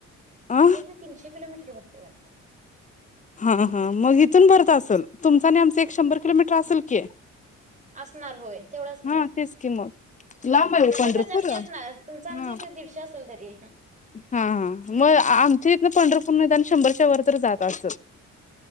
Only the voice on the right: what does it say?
<unintelligible>
तीनशे किलोमीटर वरती <unintelligible>
असणार होय तेवढं असणार
की
हम्म
शंभर
तास जास्ती
असणार तुमचं आमचं
इथं दीडशे असेल तरी
मीटर